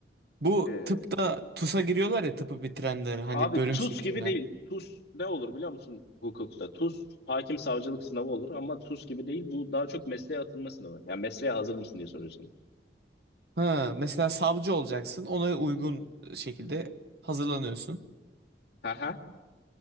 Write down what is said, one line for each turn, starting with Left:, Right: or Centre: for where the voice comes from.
Right: Bu
Left: Ee,
Right: tıpta TUS'a giriyorlar ya tıpı bitirenler hani
Left: abi
Right: bölüm
Left: TUS
Right: seçiyorlar.
Left: gibi değil. TUS ne olur biliyor musun hukukta? TUS hakim savcılık sınavı olur ama TUS gibi değil. Bu daha çok mesleğe atılma sınavı. Yani mesleğe hazır mısın diye soruyorsun.
Right: Ha, mesela savcı olacaksın. Ona uygun şekilde hazırlanıyorsun.
Left: Haha.